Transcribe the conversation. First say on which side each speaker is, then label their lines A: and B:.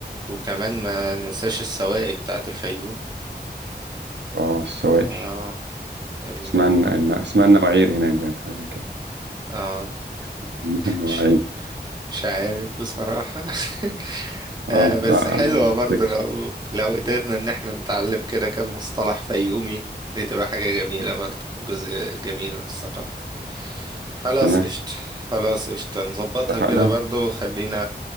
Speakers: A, on the right; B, on the right.
A: وكمان ما ننساش السواقي بتاعة الفيوم
B: اه السواقش
A: آه ال...
B: اسمها الن- اسمها النواعير هناك بقى حاجة زي كده
A: آه
B: <laughs> النواعير
A: مش مش عارف بصراحة <laughs> آه
B: اه
A: بس
B: لا
A: حلوة
B: انا افتكر
A: برضو لو لو قدرنا ان احنا نتعلم كده كم مصطلح فيومي دي تبقى حاجة جميلة
B: آه.
A: برضو جزء جميل من الثقافة خلاص
B: تمام
A: قشطة خلاص قشطة نظبطها
B: اتفقنا
A: كده برضو خلينا